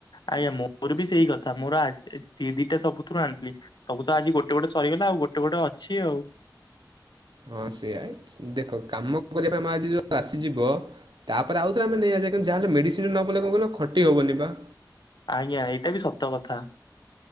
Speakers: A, on the left; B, on the right.
A: ଆଜ୍ଞା ମୋର ବି ସେଇ କଥା ମୋର ଆଚ୍ ଏ ଦି ଦିଟା ସବୁଥିରୁ ଆଣିଥିଲି। ସବୁ ତ ଆଜି ଗୋଟେ ଗୋଟେ ସରିଗଲା, ଆଉ ଗୋଟେ ଗୋଟେ ଅଛି ଆଉ।
B: ହଁ ସେୟା ଏଚ୍ ଦେଖ କାମ କରିବା ପାଇଁ ମା ଆଜି ଯୋଉ ଆସିଯିବ ତା ପରେ ଆଉଥରେ ଆମେ ନେଇ ଆସିଆ କିନ୍ତୁ ଯାହା ହେଲେ ମେଡ଼ିସିନ୍ ନ ପଇଲେ କଁ କଇଲ ଖଟି ହବନି ପା।
A: ଆଜ୍ଞା ଏଇଟା ବି ସତ କଥା।